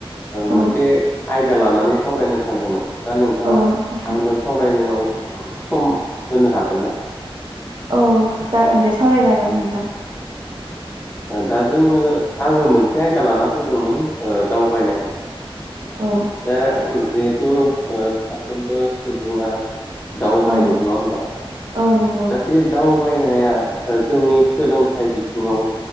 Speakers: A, on the left; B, on the right.
A: मोनसे
B: औ
A: आय दिया लानानै सावरायनो सानदोंमोन दा नोंथाङा
B: औ नोंथां
A: आंजों सावरायनायाव सम होनो हागोन ना?
B: औ जागोन दे सावरायजागोन नोंथां।
A: दा जोङो आङो मोनसे आयदा लाना फैदोंमोन ओ दावबायनाय
B: औ
A: दा जिहेथु ओ साफ्रोमबो सुबुङा दावबायो
B: औ
A: नङा होमबा
B: औ नंगौ
A: दा बे दावबायनाय <unintelligible> जोंनि सोलोंथाइ बिथिङाव